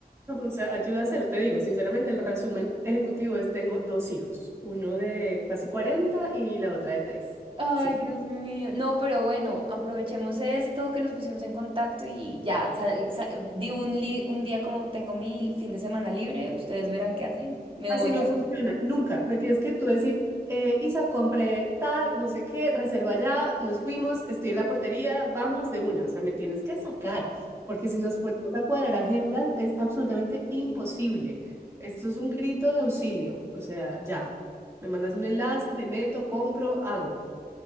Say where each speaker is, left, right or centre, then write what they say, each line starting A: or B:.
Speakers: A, on the right; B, on the right.
A: no, O sea, ayuda a hacerlo. Te digo, sinceramente, el resumen ejecutivo es, tengo dos hijos, uno de casi 40 y la otra de tres
B: Ay,
A: Sí.
B: Dios mío. No, pero bueno, aprovechemos esto que nos pusimos en contacto y ya, sal- sal- di un, li- un día como tengo mi fin de semana libre, ustedes verán qué hacen, me
A: Así
B: voy
A: no
B: a...
A: funciona, nunca. Me tienes que tú decir, eh, Isa, compré tal, no sé qué, reserva ya, nos fuimos, estoy en la portería, vamos de una. O sea, me tienes que sacar, porque si nos ponemos a cuadrar agendas es absolutamente imposible. Esto es un grito de auxilio. O sea, ya, me mandas un enlace, me meto, compro, hago